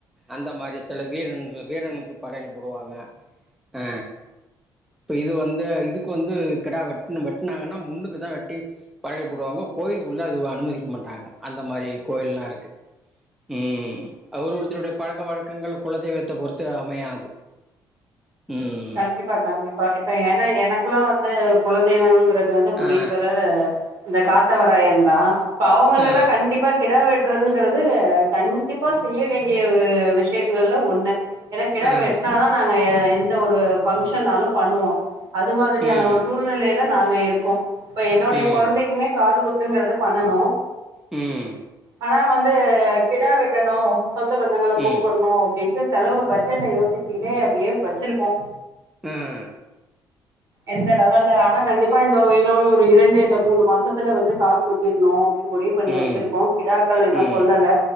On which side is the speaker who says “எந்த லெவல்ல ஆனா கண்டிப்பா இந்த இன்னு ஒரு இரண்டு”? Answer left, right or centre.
Right